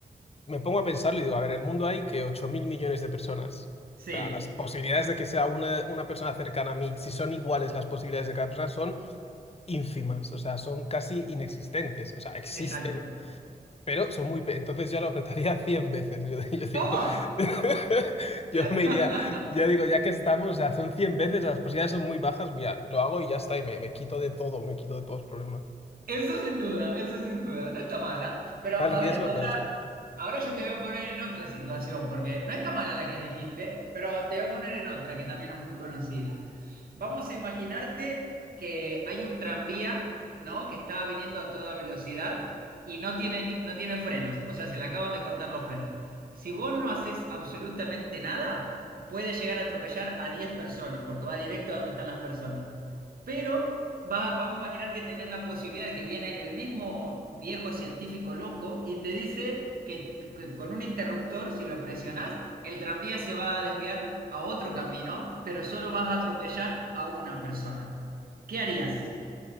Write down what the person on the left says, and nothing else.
me pongo a pensarlo y digo, a ver, en el mundo hay que ocho mil millones de personas.
O sea, las posibilidades de que sea una, una persona cercana a mí, si son iguales las posibilidades de cada persona, son ínfimas, o sea, son casi inexistentes, o sea, existen,
pero son muy... pe- Entonces yo lo apretaría <laughs> 100 veces, yo, yo digo,
<laughs> yo
me iría, yo digo, ya que estamos, o sea, son 100 veces, las posibilidades son muy bajas, mira, lo hago y ya está, y me, me quito de todo, me quito de todos los problemas.
Está
el riesgo,
pero sí.